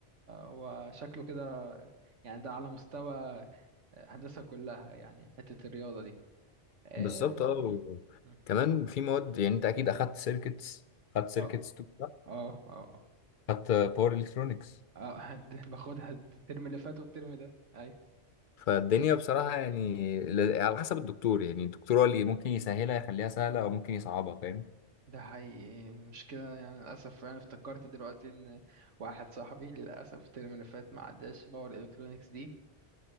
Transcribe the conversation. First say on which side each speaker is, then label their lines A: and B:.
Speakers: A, on the right; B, on the left.
A: وشكله كده يعني ده على مستوى آه، هندسه كلها يعني حته الرياضه دي اه
B: بالظبط اه و-
A: م- م.
B: كمان في مواد يعني انت اكيد اخدت سيركتس اخدت سيركتس
A: اه
B: تو صح؟
A: اه اه
B: اخدت باور الكترونكس
A: آه. آه، <laughs> باخدها الترم اللي فات والترم ده ايوه
B: فالدنيا بصراحه يعني ل- على حسب الدكتور يعني الدكتور هو اللي ممكن يسهلها يخليها سهله او ممكن يصعبها فاهم
A: ده حقيقي المشكلة يعني للأسف أنا افتكرت دلوقتي إن واحد صاحبي للأسف الترم اللي فات ما عداش باور إلكترونيكس دي